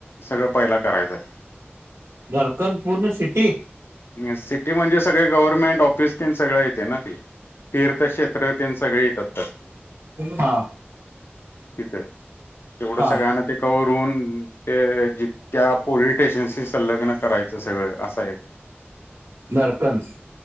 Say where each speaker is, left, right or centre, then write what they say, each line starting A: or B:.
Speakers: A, on the left (about 60°); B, on the right (about 75°).
A: सगळं पहिलं करायचं आहे
B: झारखंड पूर्ण सिटी
A: सिटी म्हणजे सगळे गव्हर्नमेंट ऑफिस तन सगळं येते ना ते तीर्थक्षेत्र तन सगळे येतात
B: हा.
A: तिथं तेवढं
B: हा
A: सगळ्यांना ते करून ते जित्या पोरी शन सल्लगन करायचं सगळं असं आहे
B: दरकन